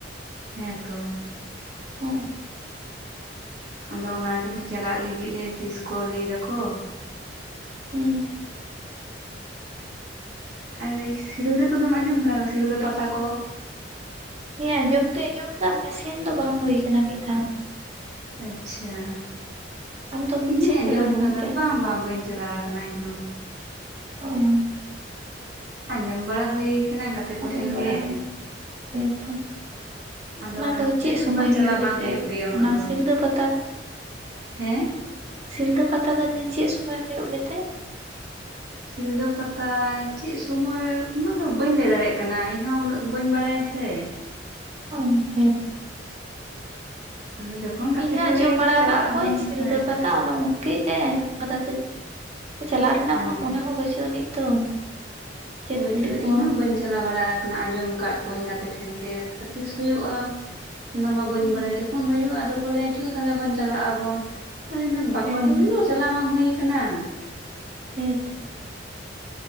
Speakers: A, on the right; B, on the right.
A: ᱦᱮᱸ ᱛᱚ᱾
B: ᱦᱮᱸ᱾
A: ᱟᱫᱚ ᱚᱱᱟ ᱜᱮᱞᱮ ᱪᱟᱞᱟᱜ ᱞᱟᱹᱜᱤᱫ ᱞᱮ, ᱛᱤᱥ ᱠᱚ ᱞᱟᱹᱭ ᱫᱟᱠᱚ?
B: ᱦᱩᱸ᱾
A: ᱟᱨ ᱥᱤᱞᱫᱟᱹ ᱠᱚᱫᱚᱢ ᱟᱸᱡᱚᱢ ᱵᱟᱲᱟ ᱠᱟᱫᱟ, ᱥᱤᱞᱫᱟᱹ ᱯᱟᱛᱟ ᱠᱚ?
B: ᱦᱮᱸ ᱟᱸᱡᱚᱢ ᱫᱚᱧ ᱟᱸᱡᱚᱢ ᱠᱟᱫᱟ ᱢᱟᱱᱮ ᱥᱮᱱ ᱫᱚ ᱵᱟᱝ ᱦᱩᱭ ᱠᱟᱱᱟ ᱢᱤᱫ ᱫᱷᱟᱣ ᱦᱚᱸ᱾
A: ᱟᱪᱪᱷᱟ,
B: ᱟᱢ ᱫᱚᱢ
A: ᱤᱧ
B: ᱥᱮᱱ
A: ᱟᱸᱡᱚᱢ
B: ᱵᱟᱲᱟ ᱟᱠᱟᱱ
A: ᱠᱟᱫᱟ
B: ᱛᱮ
A: ᱵᱟᱝ ᱵᱟᱝ ᱵᱟᱹᱧ ᱪᱟ ᱪᱟᱞᱟᱣ ᱠᱟᱱᱟ ᱤᱧᱦᱚᱸ᱾
B: ᱚᱸ᱾
A: ᱟᱸᱡᱚᱢ ᱵᱟᱲᱟ ᱦᱩᱭ ᱠᱟᱱᱟ ᱜᱟᱛᱮ ᱠᱚ
B: ᱟᱸᱡᱚᱢ
A: ᱴᱷᱮᱱ
B: ᱵᱟᱲᱟ
A: ᱜᱮ᱾
B: ᱦᱩᱭ ᱦᱮᱸᱛᱚ
A: ᱟᱫᱚ ᱚᱱᱟ
B: ᱫᱚ
A: ᱠᱷᱟᱹᱛᱤᱨ
B: ᱪᱮᱫ
A: ᱟᱫᱚ
B: ᱥᱚᱢᱚᱭ
A: ᱩᱱᱟᱹᱜ ᱪᱟᱞᱟᱣ
B: ᱜᱮᱛᱮ
A: ᱵᱟᱝ ᱦᱩᱭᱩᱜ ᱜᱮᱭᱟ ᱩᱱᱟᱹᱜ
B: ᱚᱱᱟ
A: ᱫᱚ᱾
B: ᱥᱤᱞᱫᱟᱹ ᱯᱟᱛᱟ ᱫᱚ
A: ᱦᱮᱸ᱾
B: ᱥᱤᱞᱫᱟᱹ ᱯᱟᱛᱟ ᱫᱚ ᱞᱟᱹᱭ ᱫᱟᱹᱧ ᱪᱮᱫ ᱥᱩᱢᱳᱭ ᱦᱩᱭᱩᱜ ᱜᱮᱛᱮ?
A: ᱥᱤᱞᱫᱟᱹ ᱯᱟᱛᱟ ᱪᱮᱫ ᱥᱩᱢᱟᱹᱭ ᱩᱱᱟᱹᱜ ᱫᱚ ᱵᱟᱹᱧ ᱞᱟᱹᱭ ᱫᱟᱲᱮᱭᱟᱜ ᱠᱟᱱᱟ, ᱤᱧ ᱦᱚᱸ ᱩᱱᱟᱹᱜ ᱵᱟᱹᱧ ᱵᱟᱲᱟᱭᱟ ᱥᱮ᱾
B: ᱚ, ᱦᱮᱸ ᱛᱚ᱾
A: <unintelligible>
B: ᱤᱧ ᱦᱚᱸ
A: ᱠᱚ
B: ᱟᱸᱡᱚᱢ
A: ᱞᱟᱹᱭᱟ ᱡᱮ
B: ᱵᱟᱲᱟ
A: ᱪᱟᱞᱟᱜ
B: ᱟᱠᱟᱜ
A: ᱟᱵᱚᱱ
B: ᱠᱚᱣᱟᱹᱧ ᱥᱤᱞᱫᱟᱹ
A: ᱦᱮᱸ
B: ᱯᱟᱛᱟ ᱚᱱᱟ ᱩᱱᱜᱮ᱾ ᱦᱮᱸ, ᱟᱸᱡᱚᱢ ᱠᱟᱫᱟ ᱛᱚ, ᱪᱟᱞᱟᱜ ᱨᱮᱱᱟᱜ
A: ᱚ
B: ᱩᱱᱟᱹᱜ ᱢᱚᱱᱮ ᱦᱚᱸ ᱵᱟᱹᱪᱩᱜ ᱟᱹᱱᱤᱡ ᱛᱚ᱾ ᱡᱮ
A: ᱦᱳᱭᱛᱳ
B: ᱠᱩᱞᱤ ᱠᱚᱣᱟᱢ
A: ᱤᱧ ᱦᱚᱸ ᱵᱟᱹᱧ ᱪᱟᱞᱟᱣ ᱵᱟᱲᱟ ᱠᱟᱱᱟ ᱟᱸᱡᱚᱢ ᱠᱟᱜ ᱠᱚᱣᱟᱹᱧ ᱜᱟᱛᱮ ᱴᱷᱮᱱ ᱜᱮ ᱛᱤᱥ ᱦᱩᱭᱩᱜ-ᱟ? ᱚᱱᱟ ᱢᱟ ᱵᱟᱹᱧ
B: ᱦᱩᱸ
A: ᱵᱟᱲᱟᱭᱟ ᱡᱚᱠᱷᱚᱱ ᱦᱩᱭᱩᱜ-ᱟ, ᱟᱫᱚ ᱠᱚ ᱞᱟᱹᱭ ᱟ ᱪᱚ ᱛᱟᱞᱦᱮ ᱵᱚᱱ ᱪᱟᱞᱟᱜ ᱟᱵᱚᱱ ᱦᱚᱸ᱾ ᱤᱧ ᱫᱚ ᱵᱟᱠᱚ
B: ᱦᱮᱸ
A: <unintelligible> ᱪᱟᱞᱟᱣ ᱵᱟᱝ ᱦᱩᱭ ᱠᱟᱱᱟ᱾
B: ᱦᱮᱸ ᱛᱚ᱾